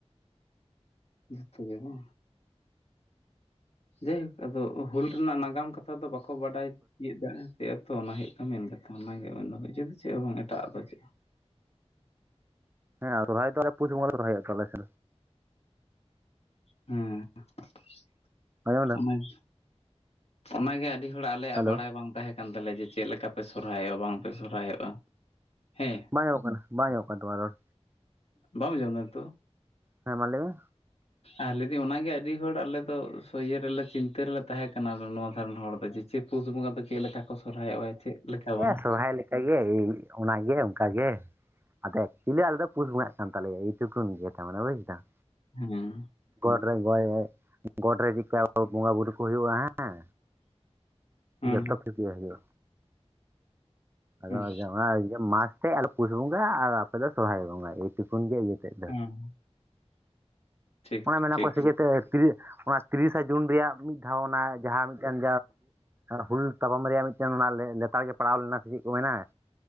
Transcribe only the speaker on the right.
ᱦᱮᱸ ᱥᱚᱦᱨᱟᱭ ᱫᱚ ᱟᱞᱮ ᱯᱩᱥ ᱵᱚᱸᱜᱟ ᱞᱮ ᱥᱚᱦᱨᱟᱭᱚᱜᱼᱟ ᱟᱞᱮ ᱥᱮ
ᱟᱸᱡᱚᱢ ᱫᱟᱢ
ᱦᱮᱞᱳ
ᱵᱟᱝ ᱟᱸᱡᱚᱢᱚᱜ ᱠᱟᱱᱟ ᱵᱟᱝ ᱟᱸᱡᱚᱢᱚᱜ ᱠᱟᱱᱟ ᱛᱚᱢᱟ ᱨᱚᱲ᱾
ᱦᱮᱸ ᱢᱟ ᱞᱟᱹᱭ ᱢᱮ
ᱮᱭ ᱥᱚᱦᱨᱟᱭ ᱞᱮᱠᱟᱜᱮ ᱚᱱᱟᱜᱮ ᱚᱱᱠᱟᱜᱮ ᱟᱫᱚ ᱮᱠᱪᱩᱭᱮᱞᱤ ᱟᱞᱮ ᱫᱚ ᱯᱩᱥ ᱵᱚᱸᱟᱜ ᱠᱟᱱ ᱛᱟᱞᱮᱭᱟ ᱮᱭ ᱴᱩᱠᱩᱱ ᱜᱮ ᱢᱮ ᱵᱩᱡᱫᱟᱢ
ᱜᱚᱰ ᱨᱮ ᱜᱚᱭ ᱜᱚᱰ ᱨᱮ ᱪᱮᱫᱠᱟ ᱵᱚᱸᱜᱟ ᱵᱩᱨᱩ ᱠᱚ ᱦᱩᱭᱩᱜᱼᱟ ᱦᱮᱸ
ᱡᱚᱛᱚ ᱴᱷᱤᱠ ᱦᱩᱭᱩᱜᱼᱟ ᱟᱫᱚ
ᱢᱟᱥᱛᱮᱜ ᱟᱞᱮ ᱯᱩᱥ ᱵᱚᱸᱜᱟ ᱟᱨ ᱟᱯᱮ ᱫᱚ ᱥᱚᱦᱨᱟᱭ ᱵᱚᱸᱜᱟ ᱮᱭ ᱴᱩᱠᱩᱱ ᱜᱮ ᱛᱮᱫ ᱫᱚ
ᱚᱱᱟ ᱢᱮᱱᱟ
ᱠᱚ ᱥᱮᱪᱮᱛ ᱚᱱᱟ ᱛᱤᱨᱤᱥᱟ ᱡᱩᱱ ᱨᱮᱭᱟᱜ ᱢᱤᱫ ᱫᱷᱟᱣ ᱚᱱᱟ ᱡᱟᱦᱟᱸ ᱢᱤᱫᱴᱮᱱ ᱦᱩᱞ ᱛᱟᱯᱟᱢ ᱨᱮᱭᱟᱜ ᱢᱤᱫᱴᱮᱱ ᱚᱱᱟ ᱞᱮᱛᱟᱲ ᱜᱮ ᱯᱟᱲᱟᱣ ᱞᱮᱱᱟ ᱥᱮ ᱪᱮᱫ ᱠᱚ ᱢᱮᱱᱟ